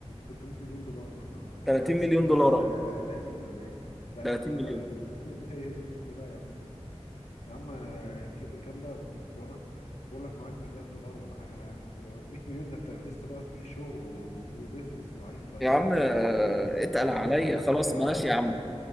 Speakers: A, on the left; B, in the centre.
A: 300 مليون دولار مثلا يا
B: 30
A: نهار اسود
B: مليون
A: آه
B: دولار
A: تا-
B: أهو.
A: 30 ولا ايه؟ لا
B: 30
A: يا اسطى لا
B: مليون
A: لا ال- <laughs> لا يا دين امي لا يا عم يا عم آه، ك- الكلام ده طب انا بقول لك معاك مليار دولار ولا حاجه لا يا عم 100 مليون ده انت لسه بقى في شغل و- وبيزنس وعايز طياره
B: يا عم آه،
A: ولا حاجه
B: اتقل
A: يا
B: عليا
A: عم روح حطهم
B: خلاص
A: في طياره
B: بلاش
A: احسن
B: يا عم
A: يا عم